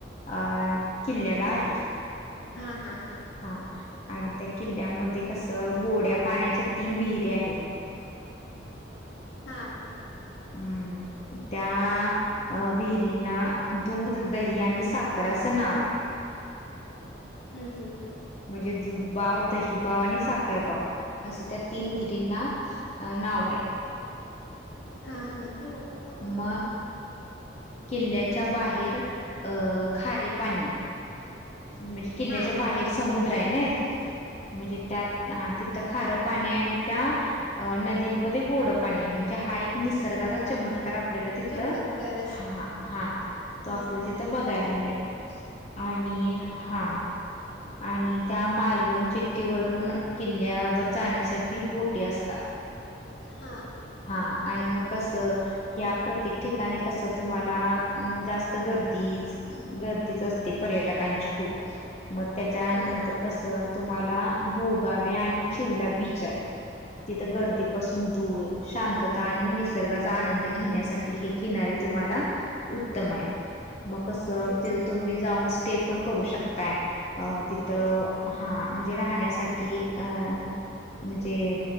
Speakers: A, on the left; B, on the left.
A: अ किल्ल्याला आहे.
B: हा हा हा
A: हा आणि त्या किल्ल्यामध्ये कसं गोड्या पाण्याच्या तीन विहिरी आहेत.
B: हा.
A: हम् त्या. अ विहिरींना दूध दही आणि साखर असं नाव आहे
B: हम् हम् हं.
A: म्हणजे दूध बाव दही बाव आणि साखर बाव असे त्या तीन विहिरींना. अ नाव आहेत.
B: हा हा हा.
A: मग किल्ल्याच्या बाहेर अं खारे पाणी. म्हणजे किल्ल्याच्या
B: हा
A: बाहेर समुद्र आहे नाई म्हणजे त्यात हा तिथं खारं पाणी आणि त्या. अ नदींमध्ये गोड पाणी म्हणजे हा एक निसर्गाचा चमत्कार. आपल्याला तिथ
B: चमत्कारच
A: हा हा तो
B: हा
A: आपल्याला तिथ बघायला मिळेल. आणि हा. आणि त्या मालवण चिठ्टठी वरून किल्ल्या- वर जाण्यासाठी बोटी असतात.
B: हा.
A: हा आणि मग कसं, ह्या प्रत्येक ठिकाणी कस तुम्हाला अं जास्त गर्दी गर्दीच अस ते पर्यटकांची खूप. मग त्याच्यानंतर
B: हा हा
A: क स तुम्हाला भोगावी आणि चिवला बीच आहे. तिथं गर्दीपासून
B: हा
A: दूर. शांतता आणि निसर्गाचा आनंद घेण्यासाठी हे किनारे तुम्हाला उत्तम आहे. मग कस तिथं
B: हा हा
A: तुम्ही जाऊन स्टे पण करू शकताय. अ तिथं
B: हा
A: हा, म्हणजे राहण्यासाठी अं म्हणजे